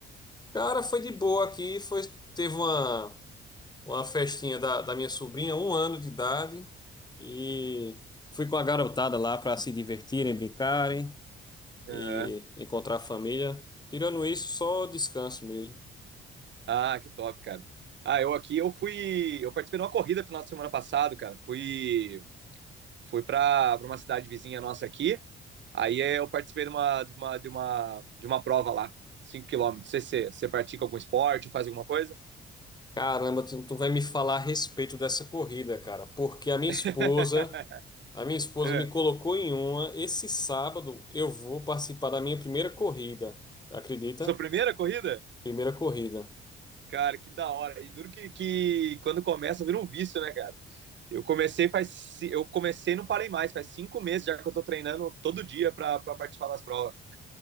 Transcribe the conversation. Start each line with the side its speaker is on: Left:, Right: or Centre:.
Left: Cara, foi de boa aqui. Foi, teve uma, uma festinha da, da minha sobrinha, um ano de idade, e fui com a garotada lá para se divertirem, brincarem
Right: Aham.
Left: e encontrar a família. Tirando isso, só descanso mesmo.
Right: Ah, que top, cara. Ah, eu aqui, eu fui, eu participei de uma corrida final de semana passado, cara. Fui, fui pra, pra uma cidade vizinha nossa aqui. Aí eh, eu participei de uma, de uma, de uma, de uma prova lá, 5 quilômetros. Você, você, você pratica algum esporte, faz alguma coisa?
Left: Caramba, tu tu vai me falar a respeito dessa corrida, cara, porque a minha
Right: <laughs>
Left: esposa, a minha esposa
Right: É.
Left: me colocou em uma. Esse sábado eu vou participar da minha primeira corrida. Acredita?
Right: Sua primeira corrida?
Left: Primeira corrida.
Right: Cara, que da hora. E duro que, que quando começa vira um vício, né, cara? Eu comecei faz, ci- eu comecei e não parei mais, faz cinco meses já que eu tô treinando todo dia pra pra participar das provas.